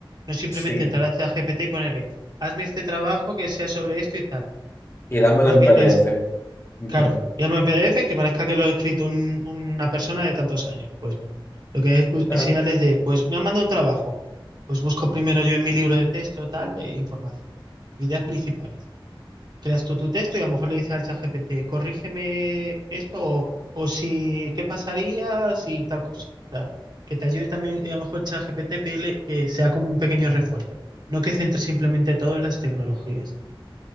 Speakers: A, on the right (about 55°); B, on the left (about 30°).
A: No simplemente
B: sí.
A: entrar a ChatGPT y ponerle, hazme este trabajo que sea sobre esto y tal.
B: Y dámelo
A: Más
B: en
A: bien
B: PDF.
A: es
B: Ujú.
A: Claro, y algo en PDF que parezca que lo ha escrito un- una persona de tantos años. Pues no. Lo que es cu-
B: Claro.
A: enseñarles de, pues me han mandado un trabajo. Pues busco primero yo en mi libro de texto, tal, de información. Ideas principales. Creas tú tu texto y a lo mejor le dices al ChatGPT, corrígeme esto o, o si, ¿qué pasaría si tal cosa? O sea, que te ayude también, y a lo mejor el ChatGPT pedirle que sea como un pequeño refuerzo. No que centre simplemente todo en las tecnologías.